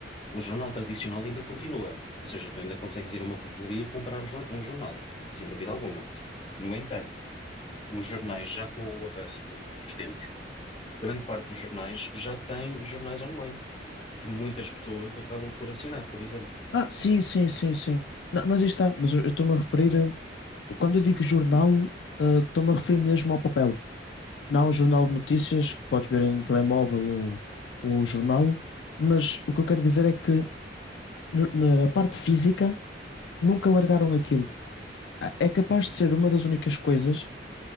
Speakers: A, on the left; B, on the left.
A: o jornal tradicional ainda continua. Ou seja, tu ainda consegues ir a uma papelaria e comprar jo- um jornal, sem dúvida alguma. No entanto, os jornais, já com o avanço do- dos tempos, grande parte dos jornais já tem jornais online, que muitas pessoas acabam por assinar, por exemplo.
B: Ah, sim, sim, sim, sim. Não, mas aí está, mas eu eu estou-me a referir, a- quando eu digo jornal, ah, estou-me a referir mesmo ao papel. Não um jornal de notícias que podes ver em telemóvel ou, ou jornal, mas o que eu quero dizer é que no- na, na parte física, nunca largaram aquilo. A- É capaz de ser uma das únicas coisas